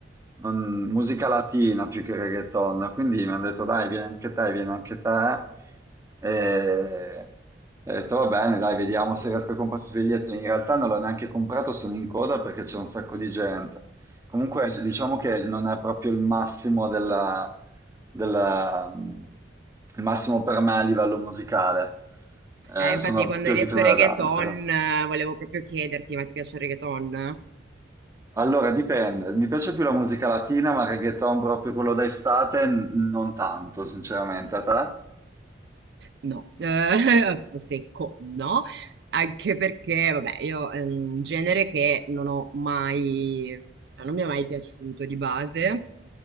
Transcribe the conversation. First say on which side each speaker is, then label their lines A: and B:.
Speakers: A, on the right; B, on the right.
A: non- musica latina più che reggaeton, quindi mi hanno detto dai, vieni anche te, vieni anche te. E ho detto va bene, dai, vediamo se riesco a comprare il biglietto. In realtà non l'ho neanche comprato, sono in coda perché c'è un sacco di gente. Comunque diciamo che non è proprio il massimo della, della- mm, il massimo per me a livello musicale. Eh,
B: Eh, infatti,
A: sono
B: quando
A: più
B: hai
A: abituato
B: detto reggaeton,
A: ad altro.
B: eh, volevo proprio chiederti, ma ti piace il reggaeton?
A: Allora, dipende. Mi piace più la musica latina, ma il reggaeton proprio quello d'estate n- non tanto, sinceramente. A te?
B: No, eh, <laughs> proprio secco, no. Anche perché, vabbè, io è un genere che non ho mai, cioè non mi è mai piaciuto di base.